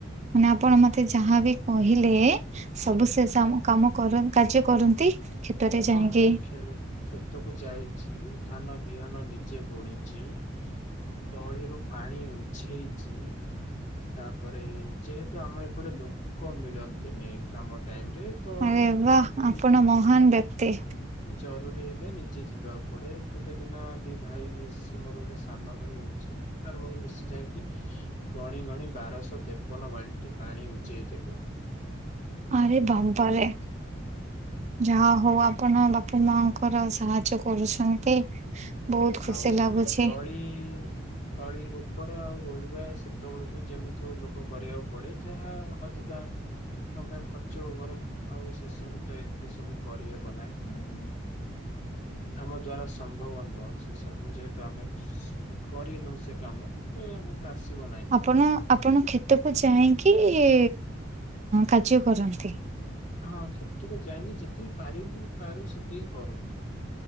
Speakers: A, on the right; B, on the left.
A: ମାନେ ଆପଣ ମତେ ଯାହାବି କହିଲେ ସବୁ ସେ ସବୁ କାମ କର କାର୍ଯ୍ୟ କରନ୍ତି? କ୍ଷେତରେ
B: ହଁ
A: ଯାଇକି
B: ମୁଁ ଖେଳେ। କ୍ଷେତକୁ ଯାଇଚି ଧାନ ବିହନ ନିଜେ ବୁଣିଚି। ତଳିରୁୁ ପାଣି ଉଝେଇଚି। ତାପରେ ଯେହେତୁ ଆମ ଏପଟେ ଲୋକ ମିଳନ୍ତିନି କାମ ଟାଇମ ରେ ତ
A: ଆରେ ବା
B: ଅତି
A: ଆପଣ ମହାନ ବ୍ୟକ୍ତି।
B: ଜରୁରୀ ହେଲେ ନିଜେ ଯିବାକୁ ପଡେ ଗୋଟେ ଦିନ ଦି ଭାଇ ମିଶି ମୋର ଗୋଟେ ସାନ ଭାଇ ଅଛି। ତାର ମୋର ମିଶି ଯାଇକି ଗଣି ଗଣି ବାରଶହ ତେପନ ବାଲଟି ପାଣି ଉଝେଇଥିଲୁ।
A: ଆରେ ବାବା ରେ। ଯାହା ହଉ ଆପଣ ବାପା ମାଙ୍କର ସାହାଯ୍ୟ କରୁଛନ୍ତି। ବହୁତ ଖୁସି
B: ଆଉ
A: ଲାଗୁଛି
B: ତଳି ତଳି ଉପର ଆଉ ରୋଇବା ସେତେବେଳକୁ ଯେମିତିଉ ଲୋକ କରିବାକୁ ପଡେ ଯାହା ଅଧିକା ଟଙ୍କା ଖର୍ଚ୍ଚ ହଉ ବରଂ ଆଉ ସେସବୁ ତ ଏତେ ସବୁ କରିହେବ ନାହିଁ। ଆମ ଦ୍ଵାରା ସମ୍ଭବ ନୁହଁ। ସେ ସବୁ ଯେହେତୁ ଆମେ ସ କରିନୁ ସେ କାମ ତ ଆସିବ ନାଇଁ।
A: ଆପଣ ଆପଣ କ୍ଷେତକୁ ଯାଇକି ଏ କାର୍ଯ୍ୟ କରନ୍ତି।
B: ହଁ କ୍ଷେତକୁ ଯାଇନି ଯେତିକି ପାରିବୁ ପାରୁ ସେତିକି କରୁ।